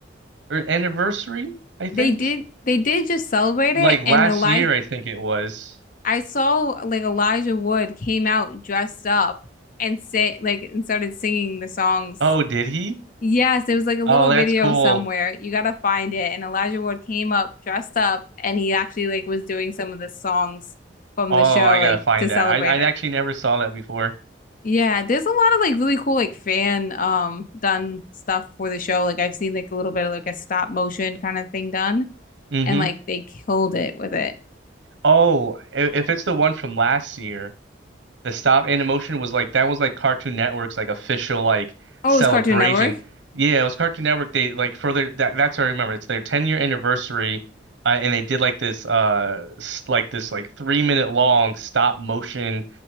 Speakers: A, on the right (about 75°); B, on the left (about 45°).
A: or anniversary? I think
B: They did, they did just celebrate
A: like
B: it,
A: last
B: and Elijah
A: year. I think it was.
B: I saw like Elijah Wood came out dressed up and say like and started singing the songs.
A: Oh, did he?
B: Yes, there was like a
A: Oh,
B: little
A: that's
B: video
A: cool.
B: somewhere. You gotta find it. And Elijah Wood came up dressed up and he actually like was doing some of the songs from
A: Oh,
B: the show
A: I gotta
B: like
A: find
B: to celebrate
A: that. I I
B: it.
A: actually never saw that before.
B: Yeah, there's a lot of like really cool like fan um done stuff for the show. Like I've seen like a little bit of like a stop motion kind of thing done
A: hmm
B: and like they killed it with it.
A: Oh, i- if it's the one from last year, The stop animation was like that was like Cartoon Network's like official like
B: Oh,
A: celebration.
B: it was Cartoon Network.
A: Yeah, it was Cartoon Network. They like further that that's what I remember. It's their 10 year anniversary, uh, and they did like this uh s- like this like three minute long stop motion